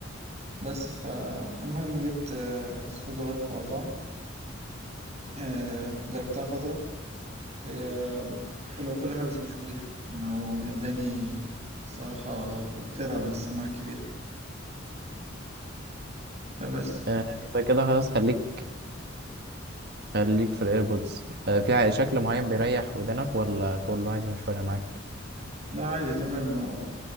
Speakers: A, on the right (about 35°); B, on the right (about 55°).
A: بس فالمهم جبت آه، سودو ألف وأربعة آه، جربتها فترة هي حلوة كل حاجة بس مش مريحة ما هو إداني الصراحة بتتعب من السماعة الكبيرة فبس
B: آه، يبقى كده خلاص خليك خليك في الايربودز آه، في شكل معين بيريح ودنك ولا كله عادي مش فارق معاك
A: لا عادي تمام هو